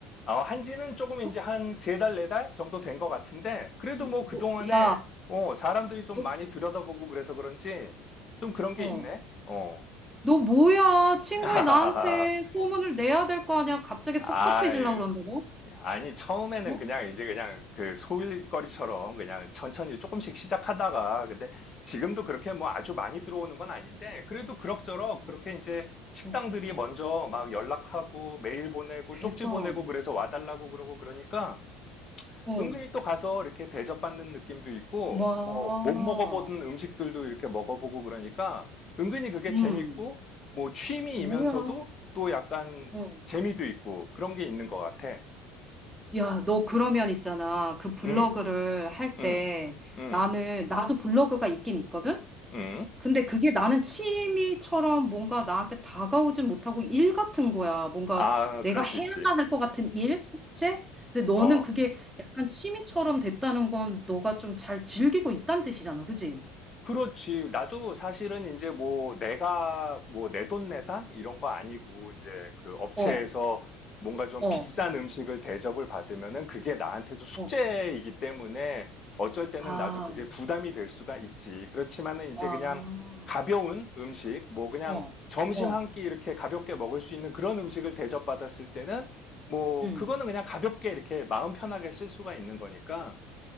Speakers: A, on the left (about 35°); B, in the centre.
A: 어, 한지는 조금 이제
B: 어?
A: 한 세 달, 네 달 정도 된 것 같은데, 그래도
B: 이-
A: 뭐 그동안에,
B: 너- 야,
A: 어, 사람들이 좀
B: 너,
A: 많이 들여다보고 그래서 그런지, 좀 그런 게
B: 어,
A: 있네? 어.
B: 너 뭐야? 친구이
A: <laughs>
B: 나한테 소문을 내야 될 거 아니야? 갑자기
A: 아유,
B: 섭섭해지려고 그런다, 너?
A: 아니, 처음에는
B: 어?
A: 그냥 이제 그냥 그 소일거리처럼 그냥 천천히 조금씩 시작하다가, 근데 지금도 그렇게 뭐 아주 많이 들어오는 건 아닌데, 그래도 그럭저럭
B: 어,
A: 그렇게 이제 식당들이
B: 어.
A: 먼저 막 연락하고 메일 보내고
B: 대박.
A: 쪽지 보내고 그래서 와달라고 그러고 그러니까,
B: 어,
A: 은근히 또 가서 이렇게 대접받는 느낌도 있고,
B: 뭐,
A: 뭐, 못 먹어보던 음식들도 이렇게 먹어보고 그러니까, 은근히 그게
B: 음,
A: 재밌고, 뭐, 취미이면서도
B: 뭐야.
A: 또 약간
B: 어.
A: 재미도 있고, 그런 게 있는 것 같아.
B: 야, 너 그러면 있잖아. 그 블로그를
A: 응,
B: 할
A: 응,
B: 때
A: 응,
B: 나는, 나도 블로그가 있긴 있거든?
A: 응.
B: 근데 그게 나는 취미처럼 뭔가 나한테 다가오진 못하고 일 같은 거야. 뭔가
A: 아,
B: 내가
A: 그럴
B: 해야만
A: 수 있지.
B: 할 것 같은 일? 숙제? 근데 너는
A: 어.
B: 그게 약간 취미처럼 됐다는 건 너가 좀 잘 즐기고 있다는 뜻이잖아. 그지?
A: 그렇지. 나도 사실은 이제 뭐 내가 뭐 내돈내산 이런 거 아니고 이제 그 업체에서
B: 어,
A: 뭔가 좀
B: 어,
A: 비싼 음식을 대접을 받으면은 그게 나한테도 숙제이기
B: 어.
A: 때문에 어쩔 때는
B: 아,
A: 나도 그게 부담이 될 수가 있지. 그렇지만은 이제
B: 아,
A: 그냥 가벼운 음식, 뭐 그냥
B: 어,
A: 점심
B: 어,
A: 한끼 이렇게 가볍게 먹을 수 있는 그런 음식을 대접받았을 때는 뭐
B: 음.
A: 그거는 그냥 가볍게 이렇게 마음 편하게 쓸 수가 있는 거니까